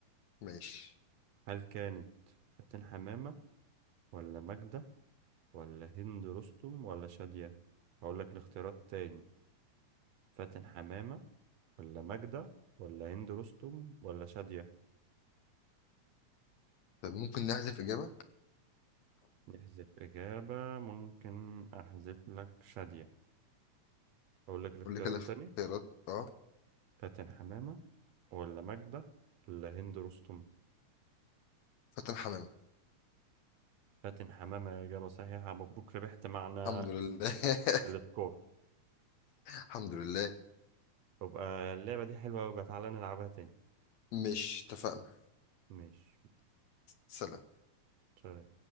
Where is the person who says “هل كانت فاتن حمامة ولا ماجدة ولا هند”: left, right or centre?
Right